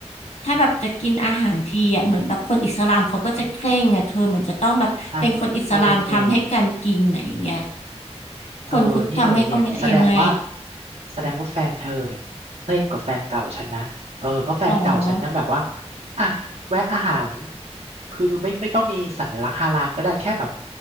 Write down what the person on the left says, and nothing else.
ถ้าแบบจะกินอาหารทีอ่ะเหมือนแบบคนอิสลามเขาก็จะเคร่งอ่ะเธอเหมือนจะต้องแบบเป็นคนอิสลามทำให้กันกินอ่ะอย่างเงี้ย
คนพุทธทำให้ก็ไม่ได้ยังไง
ต่อ